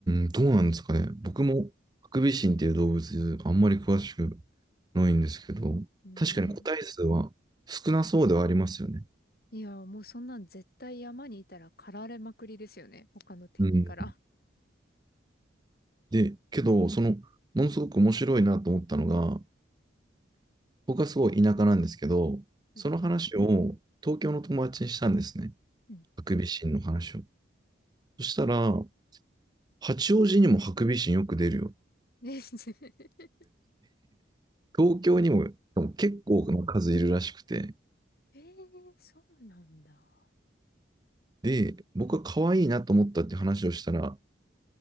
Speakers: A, on the right (about 20°); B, on the left (about 50°).
A: ん、どうなんですかね。僕も、ハクビシンっていう動物、あんまり詳しくないんですけど、
B: <laughs> ね
A: 確かに個体数は少なそうではありますよね。
B: え。いや、もうそんなん絶対山にいたら狩られまくりですよね。他の敵から。
A: うん。で、けど、その、ものすごく面白いなと思ったのが、僕はすごい田舎なんですけど、
B: はい
A: その話を東京の友達にしたんですね。
B: うん
A: ハクビシンの話を。そしたら、八王子にもハクビシンよく出るよ。
B: ね <laughs>
A: 東京にも結構な数いるらしくて。
B: ええそうなんだ。
A: で、僕は可愛いなと思ったって話をしたら、